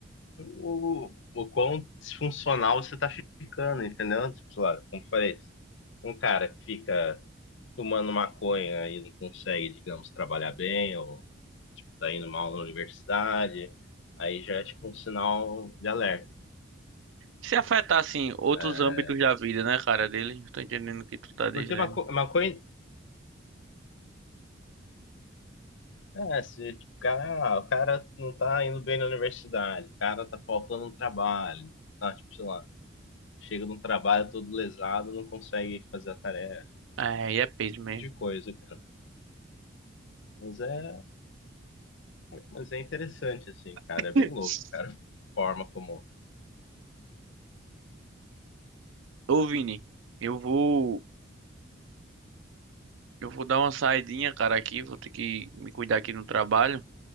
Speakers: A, on the left (about 70°); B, on the right (about 75°).
A: o, o quão disfuncional você tá ficando, entendeu? Tipo, sei lá, como eu falei, um cara que fica tomando maconha e não consegue, digamos, trabalhar bem, ou tipo, tá indo mal na universidade, aí já é tipo um sinal de alerta.
B: Se afetar, assim, outros
A: É,
B: âmbitos da vida, né, cara, deles? Tô entendendo o que tu tá dizendo.
A: Porque maco- maconha, é, se tipo, o cara, ah, o cara não tá indo bem na universidade, o cara tá faltando um trabalho, tá, tipo, sei lá, chega num trabalho todo lesado, não consegue fazer a tarefa,
B: É, e é peso mesmo.
A: de coisa, cara. Mas é, mas é interessante, assim, cara,
B: <laughs>
A: é bem louco, cara, a forma como
B: Ô, Vini, eu vou, eu vou dar uma saidinha, cara, aqui. Vou ter que me cuidar aqui no trabalho.